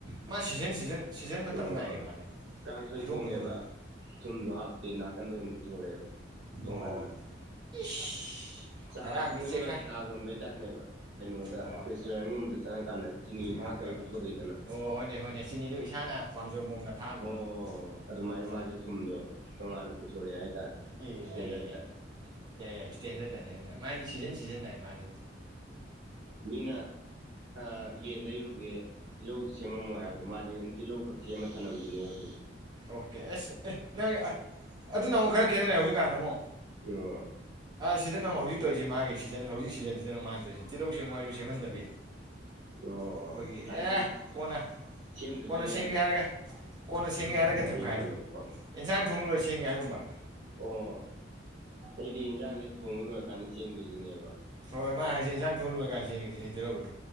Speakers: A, on the right; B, on the right.
A: ꯃꯥ ꯁꯤꯖꯟ ꯁꯤꯖꯟ ꯁꯤꯖꯟ ꯃꯇꯝ
B: ꯑꯣ
A: ꯅꯥꯏꯌꯦ ꯃꯥꯁꯦ
B: ꯀꯥꯡꯁꯣꯏ
A: ꯈꯨꯊꯣꯡ
B: ꯊꯣꯡꯉꯦꯕ
A: ꯈꯨꯊꯣꯡꯁꯦ
B: ꯊꯨꯝꯗꯣ ꯍꯥꯞꯇꯦ ꯅꯥꯀꯟꯗ ꯑꯣꯏꯅ ꯄꯨꯊꯣꯔꯛꯑꯦꯕ ꯇꯣꯉꯥꯟꯅ
A: ꯑꯣ ꯏꯁ
B: ꯆꯥ
A: ꯉꯔꯥꯡꯗꯤ
B: ꯑꯩꯈꯣꯏꯅꯒ
A: ꯆꯦꯈꯥꯏ
B: ꯆꯥ ꯂꯣꯟꯕꯩ ꯇꯥꯏꯞꯅꯦꯕ ꯀꯩꯅꯣꯗ
A: ꯑꯣ
B: ꯔꯦꯁꯇꯨꯔꯦꯟꯒꯨꯝꯕꯗ ꯆꯪꯉꯀꯥꯟꯗ ꯆꯤꯅꯤ
A: ꯑꯣ
B: ꯊꯥꯛꯇꯩ ꯄꯨꯊꯣꯔꯛꯏꯗꯅ
A: ꯑꯣ ꯍꯣꯏꯅꯦ ꯍꯣꯏꯅꯦ ꯆꯤꯅꯤꯗꯨ ꯏꯁꯥꯅ ꯄꯥꯝꯖꯕ ꯃꯑꯣꯡꯗ ꯊꯥꯛꯍꯟꯕꯗꯣ
B: ꯑꯣ ꯑꯗꯨꯃꯥꯏꯅ
A: ꯑꯣ
B: ꯃꯥꯁꯦ ꯊꯨꯝꯗꯣ ꯇꯣꯉꯅ ꯄꯨꯊꯣꯔꯑꯦ ꯍꯥꯏꯗꯤ
A: ꯑꯦ
B: ꯆꯠꯇ
A: ꯌꯥꯏ ꯌꯥꯏ ꯌꯥꯏ ꯌꯥꯏ ꯌꯥꯏ ꯏꯁꯇꯦꯟꯗꯔꯗꯅꯦ ꯑꯗꯨꯅ ꯃꯥꯗꯤ ꯁꯤꯖꯟ ꯁꯤꯖꯟꯅ ꯍꯥꯏ ꯃꯥꯗꯤ
B: ꯃꯤꯅ ꯑ ꯌꯦꯟ ꯂꯩꯔꯨꯒꯦ ꯇꯤꯜꯍꯧ ꯁꯦꯝꯃꯝꯃꯣ ꯍꯥꯏꯕꯗꯣ ꯃꯥꯗꯤ ꯑꯗꯨ ꯇꯤꯜꯍꯧ ꯈꯛ ꯁꯦꯝꯃ ꯊꯝꯂꯝꯝꯃꯤꯅꯦ ꯑꯗꯨꯝ
A: ꯑꯣꯀꯦ ꯑꯦꯁ ꯑꯦ ꯅꯪ ꯑꯗꯨꯅ ꯑꯃꯨꯛ ꯈꯔ ꯈꯦꯠꯅꯔꯦ ꯍꯧꯖꯤꯛꯀꯥꯟꯗ ꯑꯃꯨꯛ
B: ꯑꯣ
A: ꯁꯤꯗꯅ ꯑꯃꯨꯛ ꯍꯧꯖꯤꯛ ꯇꯧꯔꯤꯁꯤ ꯃꯥꯒꯤ ꯁꯤꯖꯟ ꯍꯧꯖꯤꯛ ꯁꯤꯖꯟꯁꯤꯗꯅꯨꯛ ꯃꯥꯅ ꯇꯧꯔꯤꯁꯤ ꯇꯤꯜꯍꯧꯁꯦꯝꯃꯣ ꯍꯥꯏꯁꯨ ꯁꯦꯝꯍꯟꯗꯕꯤ
B: ꯑꯣ
A: ꯑꯩꯈꯣꯏꯒꯤ
B: ꯍꯥꯏꯗꯤ
A: ꯑꯦ ꯀꯣꯟꯅ
B: ꯁꯦꯝꯗ꯭ꯔꯁꯨ
A: ꯀꯣꯟꯅ ꯁꯦꯝꯒꯦ
B: ꯌꯥꯏ
A: ꯍꯥꯏꯔꯒ ꯀꯣꯟꯅ ꯆꯦꯡꯒꯦ ꯍꯥꯏꯔꯒ
B: ꯑꯗꯨꯒꯤ
A: ꯊꯝꯒꯥꯏꯕꯤꯗꯣ
B: ꯋꯥꯅꯦꯕꯀꯣ
A: ꯌꯦꯟꯁꯥꯡ ꯊꯣꯡꯂꯣꯏꯔ ꯆꯦꯡꯒꯦ ꯍꯥꯏꯒꯨꯝꯕ
B: ꯑꯣ ꯑꯩꯗꯤ ꯌꯦꯟꯖꯥꯡꯁꯦ ꯊꯣꯡꯉ ꯂꯣꯏꯔꯀꯥꯟꯗ ꯁꯦꯝꯒꯦꯁꯤꯅꯦꯕ
A: ꯍꯣꯏ ꯃꯥ ꯍꯥꯏꯁꯦ ꯏꯟꯁꯥꯡ ꯊꯣꯡ ꯂꯣꯏꯔꯀꯥꯟꯗ ꯁꯦꯝꯒꯦ ꯁꯤꯅꯦ ꯇꯦꯜ ꯍꯧꯗꯣ